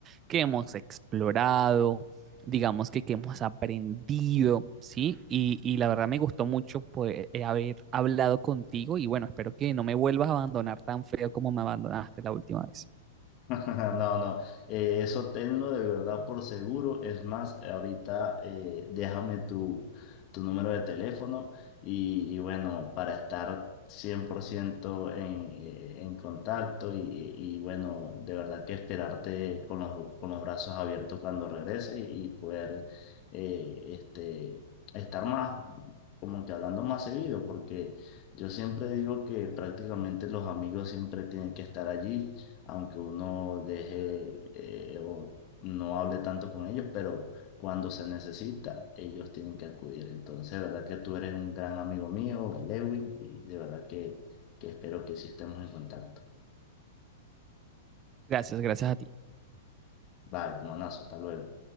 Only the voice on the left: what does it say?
<laughs> No, no, eh, eso tenlo de verdad por seguro. Es más, ahorita eh, déjame tu, tu número de teléfono y, y bueno, para estar 100% en, eh, en contacto y, y bueno, de verdad que esperarte con los, con los brazos abiertos cuando regreses y, poder eh, este, estar más, como que hablando más seguido, porque yo siempre digo que prácticamente los amigos siempre tienen que estar allí aunque uno deje eh, o no hable tanto con ellos, pero cuando se necesita, ellos tienen que acudir. Entonces, de verdad que tú eres un gran amigo mío, Lewin, y de verdad que, que espero que sí estemos en contacto.
Vale, hermanazo, hasta luego.